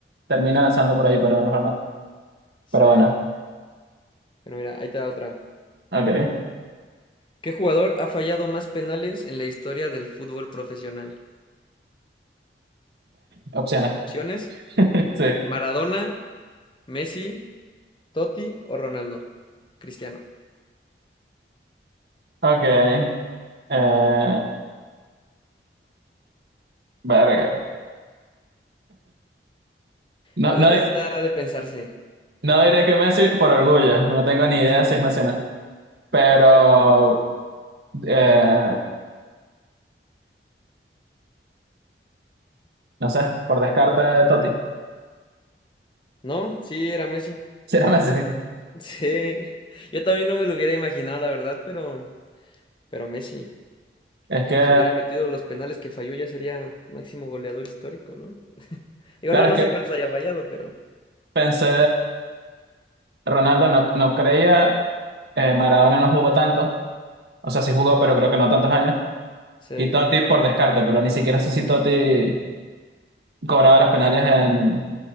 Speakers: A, on the right (about 65°); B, on the left (about 30°).
A: termina lanzando por ahí, pero a lo mejor no.
B: Sí.
A: Pero bueno,
B: Pero mira, ahí te va otra.
A: ok. Eh,
B: ¿Qué jugador ha fallado más penales en la historia del fútbol profesional?
A: Opciones.
B: Opciones:
A: <laughs> Sí,
B: Maradona, Messi, Totti o Ronaldo. Cristiano.
A: ok. Eh, verga. No,
B: Esa,
A: no,
B: esa está de pensarse.
A: no diré que Messi por orgullo, no tengo ni idea si es Messi o no, pero eh, no sé, por descarte, Totti. <laughs>
B: ¿No? Sí, era Messi. <laughs>
A: Si era Messi.
B: Sí. Yo también no me lo hubiera imaginado, la verdad, pero, pero Messi.
A: Es que,
B: Si hubiera metido los penales que falló, ya sería máximo goleador histórico, ¿no? <laughs> Digo,
A: claro,
B: no, no
A: es que
B: sé cuántos haya fallado, pero.
A: Pensé, Ronaldo no, no creía, eh, Maradona no jugó tanto, o sea, sí jugó,
B: Sí, no.
A: pero creo que no tantos años,
B: sí.
A: y Totti por descarte, pero ni siquiera sé si Totti cobraba los penales en,